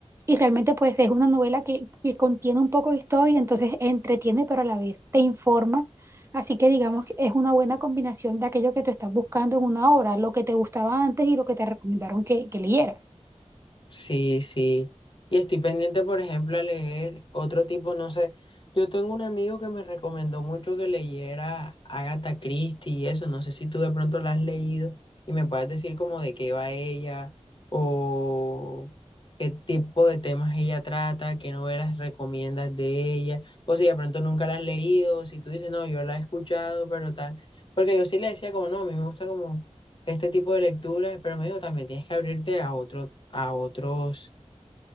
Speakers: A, on the right; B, on the left.
A: Y realmente pues es una novela que, que contiene un poco de historia, entonces entretiene, pero a la vez te informas. Así que digamos que es una buena combinación de aquello que tú estás buscando en una obra, lo que te gustaba antes y lo que te recomendaron que, que leyeras.
B: Sí, sí. Y estoy pendiente, por ejemplo, a leer otro tipo, no sé. Yo tengo un amigo que me recomendó mucho que leyera Agatha Christie y eso. No sé si tú de pronto la has leído y me puedes decir como de qué va ella o qué tipo de temas ella trata, qué novelas recomiendas de ella. O si de pronto nunca la has leído, o si tú dices, no, yo la he escuchado, pero tal. Porque yo sí le decía como, no, a mí me gusta como este tipo de lecturas, pero me dijo también tienes que abrirte a otro, a otros